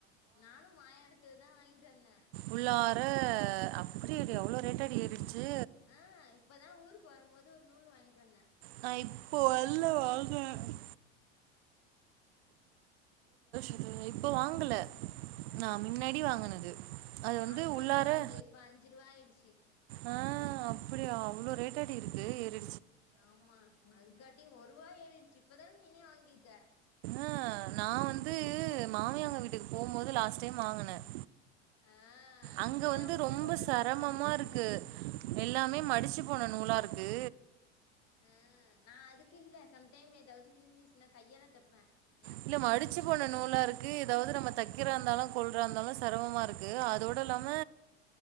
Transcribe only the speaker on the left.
நானு மாயவரத்துல தா வாங்கிட்டு வந்தே
அ இப்பதா ஊருக்கு வரும் போது ஒரு நூல் வாங்கிட்டு வந்தே
நீ
நாலு
ரூபாய்கு
வாங்கியிருக்க இப்ப அஞ்சு ரூபா ஆயிருச்சி
ஆமா அதுக்காட்டி ஒரு வா ஏறிடுச்சு இப்பதான நீனே வாங்கியிருக்க
அ நான்
இப்பதான்
இப்போதான்
வாங்குனேன் ரீசன்டா
ஆ நான் அதுக்கு இல்ல சம்டைம் ஏதாச்சும் கிழிஞ்சிச்சுன்னா கையாலாம் தப்பேன் எனக்கு
பிடிக்கும்